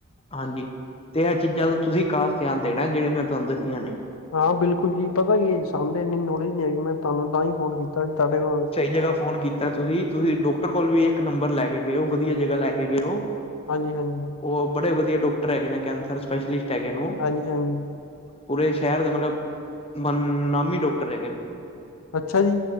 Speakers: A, on the left (about 25°); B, on the left (about 75°).
A: ਹਾਂਜੀ, ਤੇ ਐ ਚੀਜ਼ਾਂ ਦਾ ਤੁਸੀਂ ਖਾਸ ਧੇਆਨ ਦੇਣਾ ਜੇੜੀਆਂ ਮੈਂ ਤੁਆਨੂੰ ਦੱਸੀਆਂ ਨੇਂ।
B: ਹਾਂ ਬਿਲਕੁਲ ਜੀ, ਪਤਾ ਕੀ ਸਾਨੂੰ ਤੇ ਇੰਨੀ ਨੌਲੇਜ ਨੀਂ ਹੈਗੀ, ਮੈਂ ਤੁਹਾਨੂੰ ਤਾਂ ਹੀ ਫੋਨ ਕੀਤਾ ਸੀ ਤੁਹਾਡੇ ਕੋਲ
A: ਜਿੜਾ ਫੋਨ ਕੀਤਾ ਤੁਸੀਂ, ਤੁਸੀਂ ਡੋਕਟਰ ਕੋਲ ਵੀ ਇੱਕ ਨੰਬਰ ਲੈ ਕੇ ਗਏ ਓ। ਵਧੀਆ ਜਗ੍ਹਾ ਲੈ ਕੇ ਗਏ ਓ।
B: ਹਾਂਜੀ, ਹਾਂਜੀ।
A: ਉਹ ਬੜੇ ਵਧੀਆ ਡੋਕਟਰ ਹੈਗੇ ਨੇਂ, ਕੈਂਸਰ ਸਪੈਸ਼ਲਿਸਟ ਹੈਗੇ ਨੇਂ।
B: ਹਾਂਜੀ ਹਾਂਜੀ
A: ਪੂਰੇ ਸੈ਼ਰ ਦੇ ਮਤਲਬ, ਮਮ ਨਾਮੀ ਡੋਕਟਰ ਹੈਗੇ ਨੇਂ।
B: ਅੱਛਾ ਜੀ।